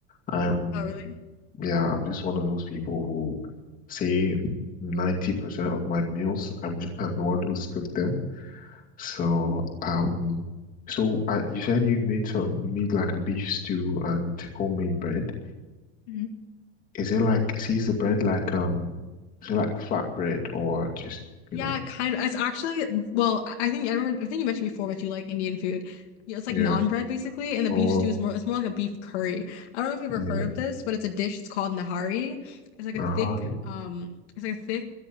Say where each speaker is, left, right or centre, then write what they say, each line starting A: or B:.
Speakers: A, on the left; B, on the left.
A: I'm,
B: Oh, really?
A: yeah. I'm just one of those people who say 90% of my meals, I'm, <laughs> I'm the one who's cooked them. So um, so I, you said you made some. You made like a beef stew and homemade bread.
B: Mm-hmm.
A: Is it like? see, Is the bread like um? Is it like flat bread or just
B: Yeah,
A: you know?
B: kind of. It's actually, well, I I think I remember. I think you mentioned before that you like Indian food. Yeah, it's like
A: Yeah.
B: naan bread basically, and the
A: Or
B: beef stew is more. It's more like a beef curry. I don't know if you've
A: Yeah,
B: ever heard of this, but it's a dish. It's called nahari. It's like
A: Nahali.
B: a thick, um, it's like a thick,